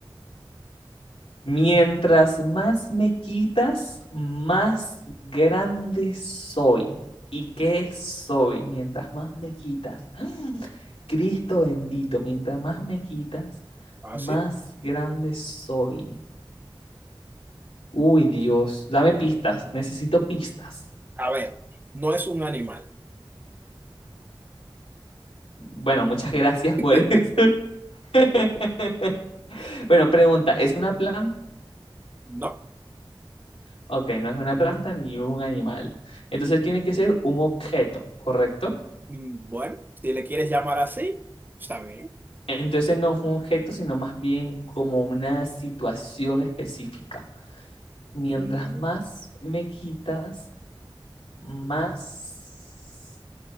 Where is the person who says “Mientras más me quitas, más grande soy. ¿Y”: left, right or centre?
Left